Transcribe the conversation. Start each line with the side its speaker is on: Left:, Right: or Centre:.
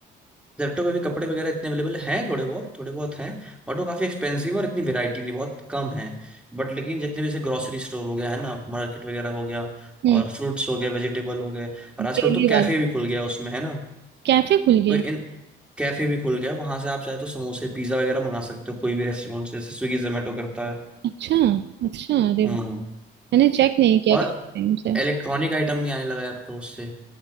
Centre: जेप्टो पे भी कपड़े वगैरह इतने अवेलेबल हैं थोड़े बहुत थोड़े बहुत हैं बट वो काफी एक्सपेंसिव और इतनी वैरायटी नहीं बहुत कम है बट लेकिन जितने भी जैसे ग्रोसरी स्टोर हो गया है ना मार्केट वगैरह हो गया
Right: हम्म
Centre: और फ्रूट्स हो गए वेजिटेबल हो गए और आजकल
Right: डेली
Centre: तो
Right: वाला
Centre: कैफे भी खुल गया उसमें है ना
Right: कैफे खुल गया
Centre: तो इन
Right: है
Centre: कैफे भी खुल गया वहां से आप चाहे तो समोसे पिज्जा वगैरह मंगा सकते हो कोई भी रेस्टोरेंट से जैसे स्विगी जोमेटो करता है
Right: अच्छा अच्छा अरे
Centre: हम्म
Right: वाह मैंने चेक नहीं किया
Centre: और
Right: काफी टाइम से
Centre: इलेक्ट्रॉनिक आइटम भी आने लगा है अब तो उससे